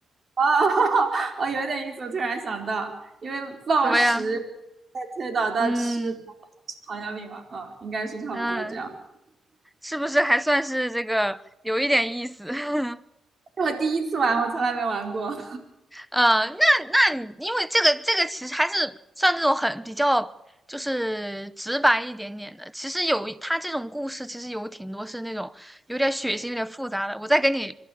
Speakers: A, on the right; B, in the centre.
A: 哦，<laughs> 我有点意思，我突然想到，因为暴食
B: 怎么样？
A: 再推导到吃
B: 嗯
A: 吃糖尿病嘛，嗯，应该是差不多这样。
B: 嗯。是不是还算是这个有一点意思？<laughs>
A: 是我第一次玩，我从来没玩过。<laughs>
B: 呃，那那你因为这个这个其实还是算这种很比较就是直白一点点的。其实有他这种故事，其实有挺多是那种有点血腥、有点复杂的。我再给你